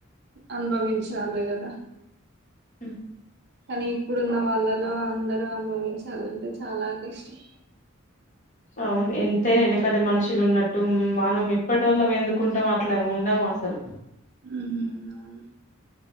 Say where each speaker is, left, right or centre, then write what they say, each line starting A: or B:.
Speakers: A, on the right (about 50°); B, on the left (about 35°).
A: అనుభవించాల కదా
B: ఉ
A: కానీ ఇప్పుడున్న వాళ్ళలో అందరు అనుభవించాలంటే చాలా కష్టం
B: అవును ఎంతైనా ఎనకడ మనుషులు ఉన్నట్టు మనం ఇప్పటి వల్లం ఎందుకుంటాం అట్లా ఉండం అసలు
A: అవును